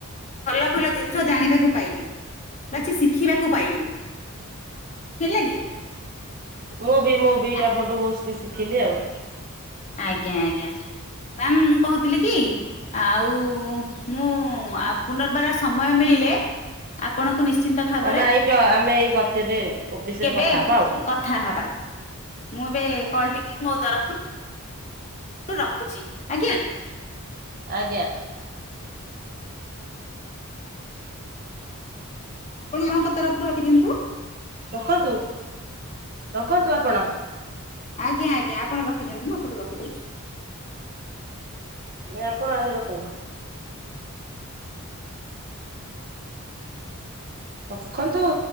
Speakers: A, on the left; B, on the right.
A: ଭଲ ଭଲ ଜିନିଷ ଜାଣିବାକୁ ପାଇଲି। ବା କିଛି ଶିଖିବାକୁ ପାଇଲି। ଥିଲେ କି?
B: ମୁଁ ବି ମୁଁ ବି
A: ଆ-
B: ଆପଣଙ୍କଠୁ ବହୁତ କିଛି ଶିଖିଲି ଆଉ।
A: ଆଜ୍ଞା, ଆଜ୍ଞା, ମାମ୍ ମୁଁ କହୁଥିଲି କି? ଆଉ, ମୁଁ ଆଉ ପୁନର୍ବାର ସମୟ ମିଳିଲେ ଆପଣଙ୍କୁ ନିଶ୍ଚିନ୍ତ ଭାବରେ,
B: ଆମେ ଏଇଟ ଆମେ ଏଇ କଥିରେ ବିଷୟରେ
A: କେବେ
B: କଥା ହବା ଆଉ
A: କଥା ହବା? ମୁଁ, ଏବେ କଲ୍ ଟିକି ମୋ ତରଫୁ ରଖୁଛି ଆଜ୍ଞା।
B: ଆଜ୍ଞା।
A: ଆପଣ ମାନଙ୍କ ତରଫରୁ ରଖି ଦିଅନ୍ତୁ।
B: ରଖନ୍ତୁ, ରଖନ୍ତୁ, ଆପଣ।
A: ଆଜ୍ଞା ଆ୍ଞା ଆପଣ ରିଖିଦିଅନ୍ତୁ। ମୁଁ ଏପଟୁ ରଖିଦଉଛି।
B: ନାଇଁ ଆପଣ ଆଗେ ରଖନ୍ତୁ। ରଖନ୍ତୁ।